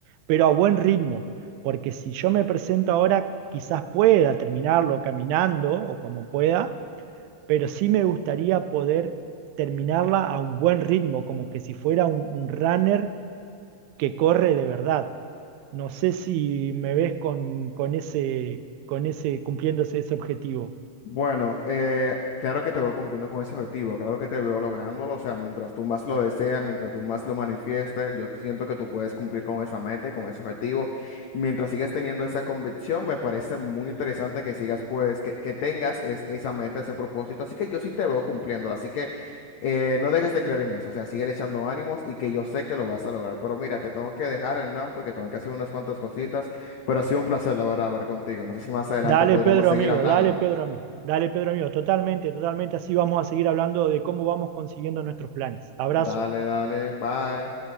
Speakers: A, on the right (about 85°); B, on the left (about 90°).
A: pero a buen ritmo, porque si yo me presento ahora, quizás pueda terminarlo caminando o como pueda, pero sí me gustaría poder terminarla a un buen ritmo, como que si fuera un, un runner que corre de verdad. No sé si me ves con, con ese, con ese, cumpliéndose ese objetivo.
B: Bueno, eh, claro que te veo cumpliendo con ese objetivo, claro que te veo lográndolo, o sea, mientras tú más lo deseas, mientras tú más lo manifiestes, yo siento que tú puedes cumplir con esa meta y con ese objetivo. Mientras sigas teniendo esa convicción, me parece muy interesante que sigas, pues, que, que tengas es- esa meta, ese propósito, así que yo sí te veo cumpliéndola, así que eh, no dejes de creer en eso, o sea, sigue echando ánimos y que yo sé que lo vas a lograr. Pero mira, te tengo que dejar, Hernán, porque tengo que hacer unas cuantas cositas, pero ha sido un placer, la verdad, hablar contigo. No sé si más adelante
A: Dale,
B: podríamos
A: Pedro,
B: seguir
A: amigo,
B: hablando.
A: dale, Pedro, amigo. Dale, Pedro, amigo, totalmente, totalmente. Así vamos a seguir hablando de cómo vamos consiguiendo nuestros planes. Abrazo.
B: Dale, dale, bye.